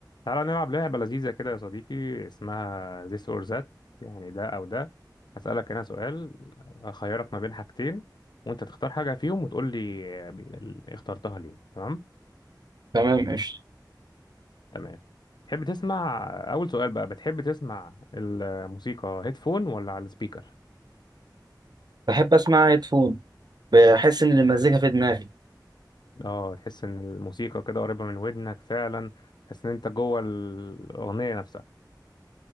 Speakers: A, on the left; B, on the right.
A: تعالى نلعب لعبة لذيذة كده يا صديقي اسمها this or that يعني ده أو ده هسألك أنا سؤال أخيرك ما بين حاجتين وأنت تختار حاجة فيهم وتقول لي اخترتها ليه تمام
B: تمام قشطة
A: تمام تحب تسمع أول سؤال بقى بتحب تسمع الموسيقى هيدفون ولا على السبيكر
B: بحب أسمع هيدفون بحس إن المزيكا في دماغي
A: اه تحس إن الموسيقى كده قريبة من ودنك فعلا تحس إن أنت جوه الأغنية نفسها